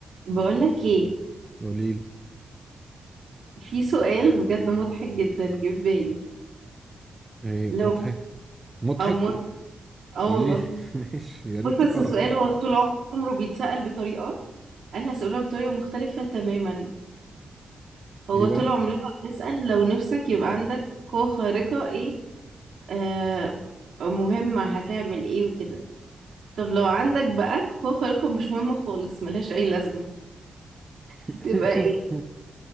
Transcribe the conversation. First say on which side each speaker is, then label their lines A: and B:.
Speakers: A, on the right; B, on the right.
A: بقولك ايه
B: قوليلي
A: في سؤال بجد مضحك جدا جه في بالي
B: ايه
A: لو
B: مضحك مضحك
A: اه مض- آه
B: قوليلي
A: والله
B: <laughs> ماشي يا ريت
A: بص بس
B: تفرحي
A: السؤال هو طول عمره بيتسأل بطريقة انا هسأله بطريقة مختلفة تماما هو
B: ايه بقى
A: طول عمرنا بنسأل لو نفسك يبقى عندك قوة خارقة ايه آه مهمة هتعمل ايه وكده طب لو عندك بقى قوة خارقة مش مهمة خالص ملهاش اي لازمة هتبقى
B: <laughs>
A: ايه